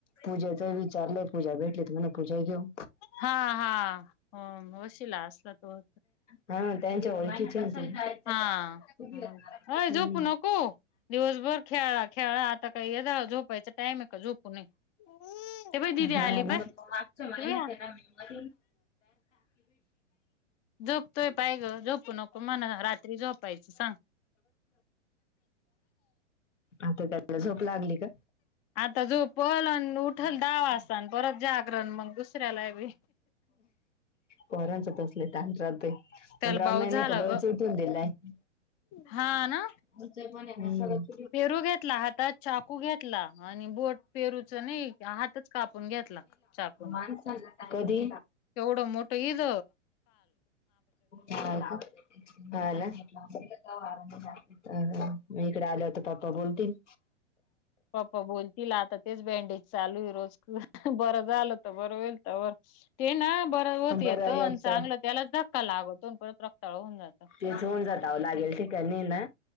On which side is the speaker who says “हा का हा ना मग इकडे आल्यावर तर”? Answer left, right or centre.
Left